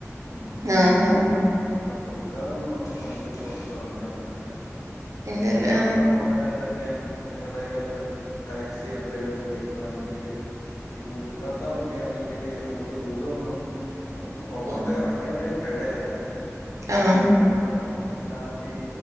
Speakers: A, on the left; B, on the right.
A: ഉം
B: ആഹ് ആഹ്
A: അങ്ങനെ. ല്ല പുതുക്കാതെൊന്നും നമുക്ക് വണ്ടി പുറതോട്ടിറക്കാനൊക്കത്തില്ല
B: ഇല്ലല്ല
A: നമുക്ക് യാത്ര
B: ആഹ്
A: പോവാനായിട്ടൊക്കെ എങ്ങട്ടെലൊക്കെ. ടാക്സിയോ എന്തേലൊക്കെ വിളിക്കുവാന്നെങ്കില് ഈ പുതുക്കാത്ത വണ്ടിയാന്നെങ്കില് നമുക്ക് ദൂരം ഒന്നും നമുക്ക് പുറത്തോട്ടേ
B: ഓ
A: ഇറങ്ങിയാലേ പെഴയാത് അത്
B: ആഹ്
A: കാരണം നമ്മള് എല്ലാം ഈ